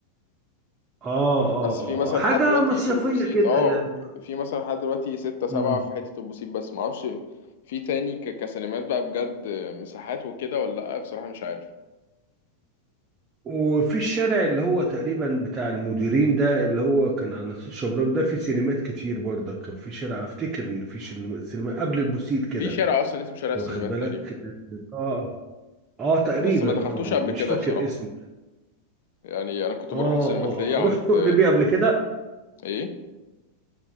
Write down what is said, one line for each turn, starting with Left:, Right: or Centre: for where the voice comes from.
Right: اه اه
Left: بس في مثلا
Right: آه. حاجة
Left: لحد دلوقتي
Right: مصيفية
Left: في البوسيت
Right: كده
Left: اه
Right: يعني
Left: في مثلا لحد دلوقتي ستة سبعة
Right: امم
Left: في حتة البوسيت بس معرفش في تاني ك- كسينمات بقى بجد مساحات وكده ولا لأ بصراحة مش عارف
Right: وفي الشارع اللي هو تقريبا بتاع المديرين ده اللي هو كان على ناصية الشبراوي ده في سينمات كتير برضك كان في شارع افتكر ان في شن- سينما قبل البوسيت كده
Left: في شارع أصلا اسمه شارع السينمات
Right: واخد بالك
Left: تقريبا
Right: اه اه تقريبا
Left: بس ما دخلتوش
Right: اه
Left: قبل
Right: اه مش
Left: كده
Right: فاكر
Left: بصراحة
Right: اسمه
Left: يعني أنا كنت
Right: اه
Left: بروح السينمات
Right: اه
Left: ليا
Right: اه
Left: عند
Right: رحت سوق ليبيا قبل كده
Left: إيه